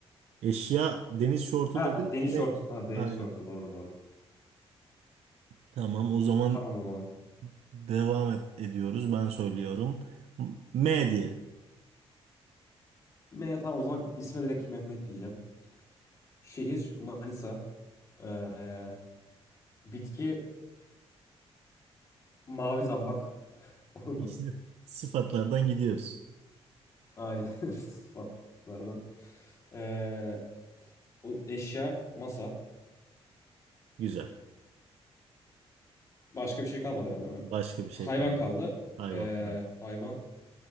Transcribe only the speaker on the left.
Ha
deniz
şort. Ha deniz
şortu doğru doğru.
Tamam o zaman.
M tamam o zaman isme direkt Mehmet diyeceğim. Şehir Manisa. Ee, bitki mavi zambak. Olur
mu?
Aynen <laughs> sıfatlardan. Ee, o eşya masa.
Başka bir şey kalmadı herhalde değil mi?
Hayvan
kaldı.
Ee,
hayvan